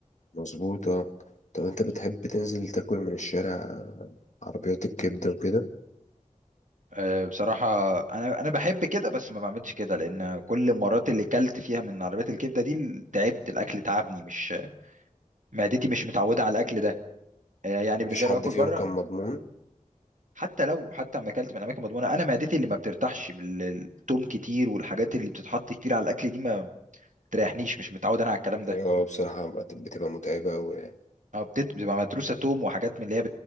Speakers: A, on the left (about 65°); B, on the right (about 70°).
A: مظبوط اه طب انت بتحب تنزل تاكل من الشارع عربيات الكبدة وكده
B: أه، بصراحة أنا أنا بحب كده بس ما بعملش كده لأن كل المرات اللي كلت فيها من عربيات الكبدة دي تعبت الأكل تعبني مش معدتي مش متعودة على الأكل ده أه، يعني
A: مفيش
B: بالنسبة
A: حد
B: لي باكل
A: فيهم
B: بره
A: كان مضمون
B: حتى لو حتى لما أكلت من أماكن مضمونة أنا معدتي اللي ما بترتاحش بالثوم كتير والحاجات اللي بتتحط كتير على الأكل دي ما بتريحنيش مش متعود أنا على الكلام ده
A: اه بصراحة بت- بتبقى متعبة أوي يعني.
B: أه بتت- بتبقى متروسة توم وحاجات من اللي هي